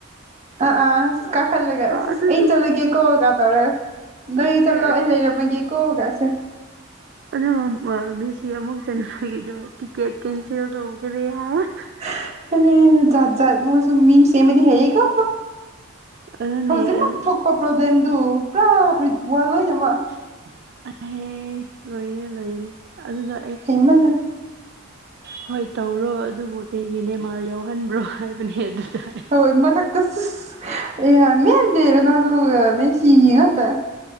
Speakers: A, on the right; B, on the right.
A: ꯑꯥ ꯑꯥ ꯑꯁ ꯀꯥꯈꯠꯂꯒ ꯑꯁꯁ
B: ꯑꯗꯨꯗꯣ
A: ꯑꯩ ꯆꯠꯂꯒꯦ ꯀꯣ ꯀ ꯇꯧꯔꯒ ꯅꯣꯏ
B: ꯑꯗꯨꯅꯦ
A: ꯆꯠꯂꯣ ꯑꯩ ꯂꯩꯔꯃꯒꯦ ꯀꯣ ꯀꯁꯦ
B: ꯑꯗꯨ ꯈꯪꯕ꯭ꯔ ꯃꯦꯁꯤ ꯑꯃꯨꯛ ꯆꯟꯕꯒꯤꯗꯣ ꯇꯤꯀꯦꯠ ꯀꯦꯟꯁꯦꯜ ꯇꯧꯒ꯭ꯔꯦ ꯍꯥꯏꯌꯦ
A: <unintelligible> ꯃꯤꯝ ꯁꯦꯃꯕꯗꯤ ꯍꯥꯏꯌꯦ ꯀꯣ
B: ꯑꯗꯨꯅꯦ
A: ꯍꯧꯖꯤꯛ
B: ꯑꯗꯨ
A: ꯃꯛ ꯊꯣꯛ ꯄ꯭ꯔꯣꯕ꯭ꯂꯦꯝꯗꯨ ꯄꯨꯔꯥ <unintelligible> ꯋꯥ ꯂꯣꯏꯅꯃꯛ
B: <unintelligible> ꯍꯦ ꯂꯣꯏꯔꯦ ꯂꯣꯏꯔꯔꯦ ꯑꯗꯨꯅ
A: ꯍꯦꯟꯃꯜ ꯂꯦ
B: ꯍꯣꯏ ꯇꯧꯔꯣ ꯑꯗꯨꯕꯨ ꯀꯩꯒꯤ ꯅꯦꯃꯥꯔ ꯌꯥꯎꯍꯟꯕ꯭ꯔꯣ ꯍꯥꯏꯕꯅꯦ ꯑꯗꯨꯗ
A: <unintelligible>